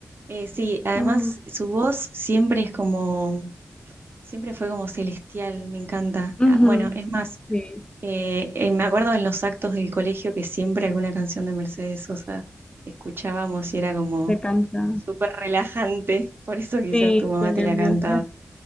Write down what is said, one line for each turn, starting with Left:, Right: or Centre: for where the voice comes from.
Right: Eh, sí, además
Left: ujú,
Right: su voz siempre es como, siempre fue como celestial, me encanta.
Left: ujú,
Right: Ah, Bueno, es más,
Left: sí,
Right: eh, eh, me acuerdo en los actos del colegio que siempre alguna canción de Mercedes Sosa escuchábamos y era como
Left: se canta.
Right: súper relajante, por eso quizás
Left: Sí,
Right: tu mamá
Left: son
Right: te
Left: hermosas.
Right: la cantaba.